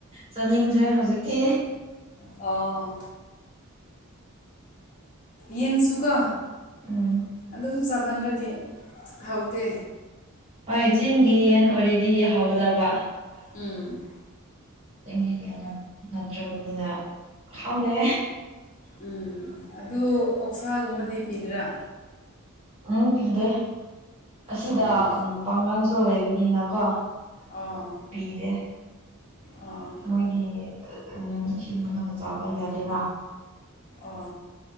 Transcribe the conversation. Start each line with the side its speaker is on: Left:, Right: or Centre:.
Right: ꯆꯥꯅꯤꯡꯗ꯭ꯔꯦ ꯍꯧꯖꯤꯛꯇꯤ
Left: ꯑ ꯌꯦꯟꯁꯨꯀꯣ
Right: ꯎꯝ
Left: ꯑꯗꯨꯝ ꯆꯃꯟꯔꯗꯤ ꯍꯧꯇꯦ
Right: ꯍꯣꯏ ꯆꯤꯡꯒꯤ ꯌꯦꯟ ꯑꯣꯏꯔꯦꯗꯤ ꯍꯧꯒꯗꯕ
Left: ꯎꯝ
Right: ꯒꯤꯌꯦꯟ ꯅꯠꯇ꯭ꯔꯕꯅꯤꯅ ꯈꯪꯗꯦ
Left: ꯎꯝ ꯑꯗꯨ ꯑꯣꯛꯁꯥꯒꯨꯝꯕꯗꯤ ꯄꯤꯗ꯭ꯔꯥ
Right: ꯎꯝ ꯄꯤꯗꯦ ꯑꯁꯤꯗ
Left: ꯑꯥ
Right: ꯎꯝ ꯄꯥꯡꯒꯜꯁꯨ ꯂꯩꯕꯅꯤꯅꯀꯣ
Left: ꯑꯥ
Right: ꯄꯤꯗꯦ
Left: ꯑꯥ
Right: ꯃꯣꯏꯒꯤ ꯎꯝ ꯏꯁꯤꯡꯕꯗ ꯃꯆꯥꯥꯕ ꯌꯥꯗꯦꯅ
Left: ꯑꯣ